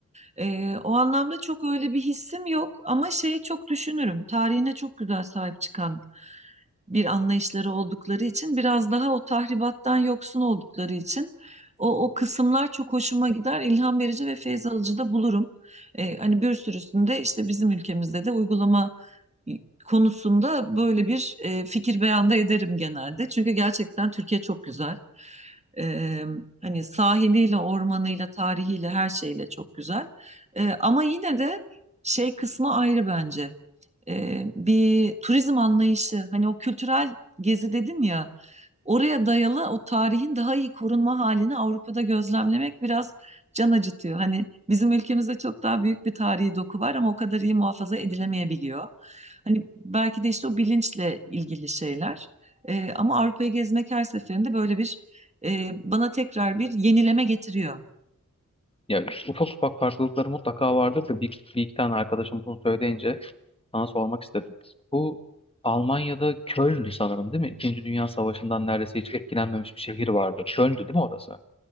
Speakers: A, on the right; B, on the left.
A: Ee, o anlamda çok öyle bir hissim yok ama şeyi çok düşünürüm. Tarihine çok güzel sahip çıkan bir anlayışları oldukları için biraz daha o tahribattan yoksun oldukları için o, o kısımlar çok hoşuma gider. ilham verici ve feyz alıcı da bulurum. Ee, hani bir sürüsünde işte bizim ülkemizde de uygulama konusunda böyle bir e, fikir beyanda ederim genelde. Çünkü gerçekten Türkiye çok güzel. E, hani sahiliyle, ormanıyla, tarihiyle, her şeyle çok güzel. E, ama yine de şey kısmı ayrı bence. E, bir turizm anlayışı, hani o kültürel gezi dedin ya, oraya dayalı o tarihin daha iyi korunma halini Avrupa'da gözlemlemek biraz can acıtıyor. Hani Bizim ülkemizde çok daha büyük bir tarihi doku var ama o kadar iyi muhafaza edilemeyebiliyor. Hani belki de işte o bilinçle ilgili şeyler. Ee, ama Avrupa'yı gezmek her seferinde böyle bir e, bana tekrar bir yenileme getiriyor.
B: Ya ufak ufak farklılıkları mutlaka vardır da bir, bir iki tane arkadaşım bunu söyleyince sana sormak istedim. Bu Almanya'da Köln'dü sanırım değil mi? İkinci Dünya Savaşı'ndan neredeyse hiç etkilenmemiş bir şehir vardı. Köln'dü değil mi orası?